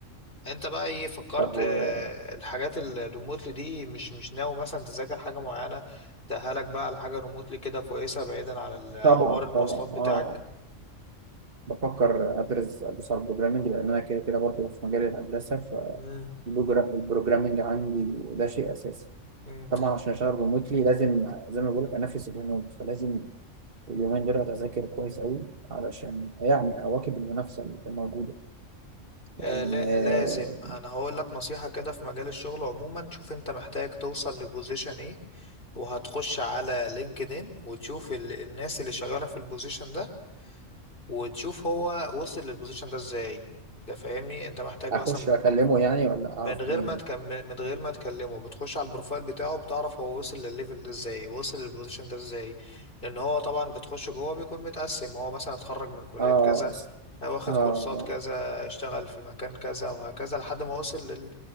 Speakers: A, on the left (about 45°); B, on the right (about 50°).
A: انت بقى ايه فكرت
B: طب و-
A: آه، الحاجات الريموتلي دي مش مش ناوي مثلا تذاكر حاجه معينه تأهلك بقى على حاجه ريموتلي كده كويسه بعيدا عن ال-
B: طبعا
A: حوار المواصلات
B: طبعا
A: بتاعك
B: اه بفكر أدرس أدرس على البروجرامينج لأن أنا كده كده برضه في مجال الهندسة
A: مم.
B: فالبروجرامينج عندي ده شيء أساسي
A: مم.
B: طبعا عشان أشتغل ريموتلي لازم زي ما بقولك أنافس الهنود فلازم اليومين دول أتذاكر كويس أوي علشان يعني أواكب المنافسة اللي موجودة لأن
A: آه لا
B: آه،
A: لازم انا هقول لك نصيحة كده في مجال الشغل عموما شوف انت محتاج توصل لبوزيشن ايه وهتخش على لينكدين وتشوف ال... الناس اللي شغالة في البوزيشن ده وتشوف هو وصل للبوزيشن ده ازاي ده فاهمني انت محتاج
B: أخش
A: مثلا
B: أكلمه يعني ولا أعرف
A: من غير
B: منين
A: ما تكمل من غير ما تكلمه بتخش على البروفايل بتاعه بتعرف هو وصل للليفل ده ازاي وصل للبوزيشن ده ازاي لان هو طبعا بتخش جوه بيكون متقسم هو مثلا اتخرج من كلية
B: اه
A: كذا واخد
B: اه
A: كورسات
B: آه،
A: كذا اشتغل في مكان كذا وهكذا لحد ما وصل